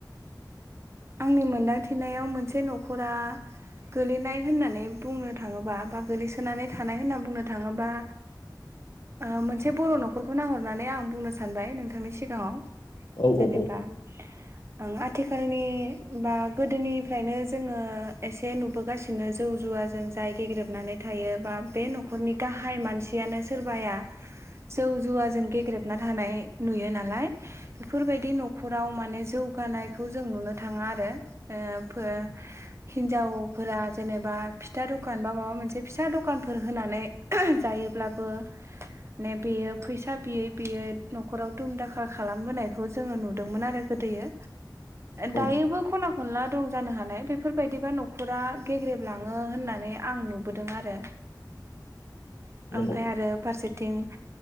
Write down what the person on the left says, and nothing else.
औ
औ औ
औ
नंगौ